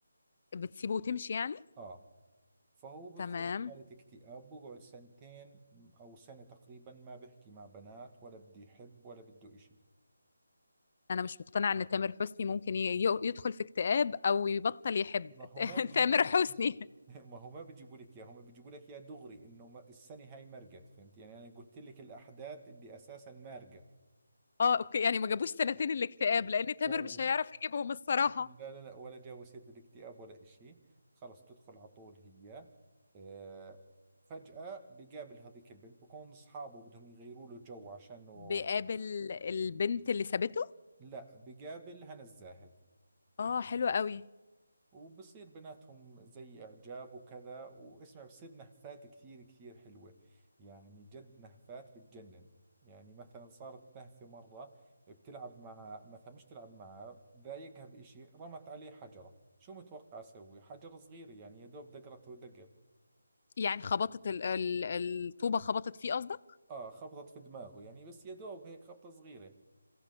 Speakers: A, on the left; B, on the right.
A: بتسيبه وتمشي يعني
B: آه فهو بدخل
A: تمام
B: بحالة اكتئاب بقعد سنتين أو سنة تقريبا ما بحكي مع بنات ولا بدي يحب ولا بده إشي
A: انا مش مقتنعة ان تامر حسني ممكن ي- ي- يدخل في اكتئاب او يبطل يحب
B: ما هو
A: <laughs>
B: ما بيجيبوا
A: تامر
B: لك
A: حسني
B: <laughs> ما هو ما بيجيبوا لك اياه هم بيجيبوا لك اياه دغري انه ما- السنه هاي مرقت فهمت يعني انا قلت لك الاحداث اللي اساسا مارقه
A: اه اوكي يعني ما جابوش سنتين الاكتئاب لان تامر
B: لا لا
A: مش
B: لا
A: هيعرف يجيبهم الصراحة
B: لا لا لا ولا جا بصير بالاكتئاب ولا إشي خلص تدخل على طول هي آه، فجأة بقابل هذيك البنت بكون أصحابه بدهم يغيروا له جو عشانه
A: بيقابل البنت اللي سابته
B: لا بقابل هنا الزاهد
A: اه حلو قوي
B: وبصير بيناتهم زي إعجاب وكذا واسمع بصير نهفات كثير كثير حلوة يعني جد نهفات بتجنن يعني مثلا صارت نهفة مرة بتلعب مع مثلا مش تلعب معاه ضايقها بإشي رمت عليه حجرة شو متوقع أسوي حجر صغير يعني يا دوب دقرته دقر
A: يعني خبطت ال- ال- الطوبة خبطت فيه قصدك
B: آه خبطت في دماغه يعني بس يا دوب هيك خبطة صغيرة